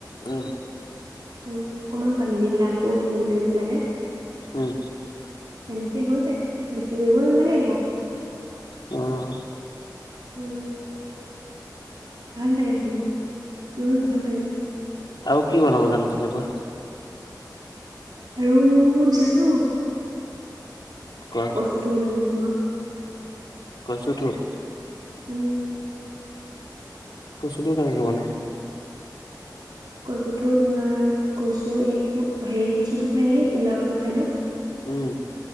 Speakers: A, on the left (about 80°); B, on the right (about 75°).
A: উম'
B: উম' অকনমান পানী দি পেলাই আকৌ তুলি কিনি থৈ দিব লাগে।
A: উম'
B: তেনেকে হৈ যায়, বেছি কৰিব নালাগে একো।
A: অঁ'
B: ওম' উম' ভাল লাগে খুন্দি, উম' ভাল লাগে।
A: আৰু কি বনাব জানো তেনেকুৱা?
B: আৰু জানো।
A: কোৱা
B: কচুটো বনাব জানো আৰু।
A: কচুঠোক।
B: উম'
A: কচুটো কেনেকে বনাই?
B: কচু ঠু তোমাৰ, কচু এই কো হেৰি কচু খাই নেকি? কুলা কচু খাই ন?
A: উম'